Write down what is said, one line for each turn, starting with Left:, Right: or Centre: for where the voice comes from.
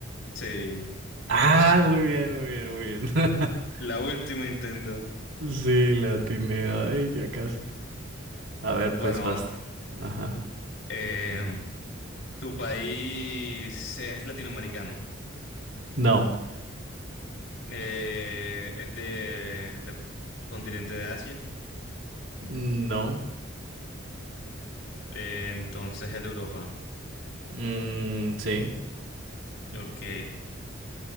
Left: Sí,
Right: Ah, muy bien, muy bien, muy bien. <laughs>
Left: la última intento.
Right: Sí, la atiné. Ay, ya casi. A ver,
Left: Bueno,
Right: pues vas. Ajá.
Left: Eh, tu país es latinoamericano.
Right: No,
Left: Eh, es del del continente de Asia.
Right: no.
Left: Eh, entonces es de Europa.
Right: Mm, sí.
Left: Ok.